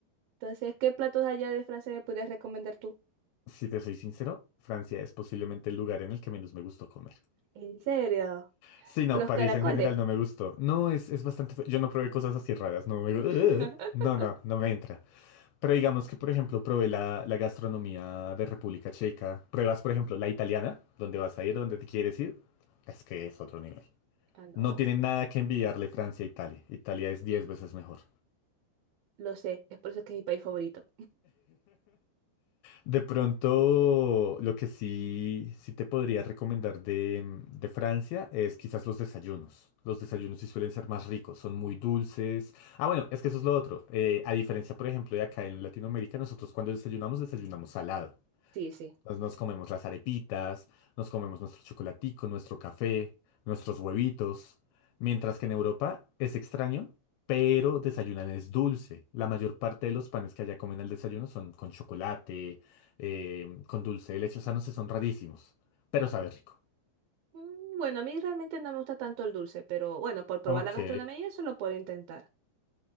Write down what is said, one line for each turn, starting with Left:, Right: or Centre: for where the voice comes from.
Right: Entonces, ¿qué platos allá de Francia me podrías recomendar tú?
Left: si te soy sincero, Francia es posiblemente el lugar en el que menos me gustó comer.
Right: ¿En serio?
Left: Sí,
Right: ¿Por
Left: no,
Right: los
Left: París
Right: caracoles?
Left: en general no me gustó. No, es, es bastante... fe- Yo no probé cosas así raras, no me... gu-
Right: <laughs>
Left: <laughs> No, no, no me entra. Pero digamos que, por ejemplo, probé la, la gastronomía de República Checa. Pruebas, por ejemplo, la italiana, donde vas a ir, donde te quieres ir. Es que es otro nivel.
Right: Ah, no,
Left: No tiene nada que envidiarle Francia a Italia. Italia es 10 veces mejor.
Right: lo sé, es por eso que es mi país favorito.
Left: De pronto, lo que sí, sí te podría recomendar de, de Francia es quizás los desayunos. Los desayunos sí suelen ser más ricos, son muy dulces. Ah, bueno, es que eso es lo otro. Eh, a diferencia, por ejemplo, de acá en Latinoamérica, nosotros cuando desayunamos, desayunamos salado.
Right: Sí, sí.
Left: Nos, nos comemos las arepitas, nos comemos nuestro chocolatico, nuestro café, nuestros huevitos. Mientras que en Europa es extraño, pero desayunan es dulce. La mayor parte de los panes que allá comen al desayuno son con chocolate, eh, con dulce de leche. O sea, no sé, son rarísimos, pero sabe rico.
Right: Mm, Bueno, a mí realmente no me gusta tanto el dulce, pero bueno, por probar
Left: Ok.
Right: la gastronomía y eso lo puedo intentar.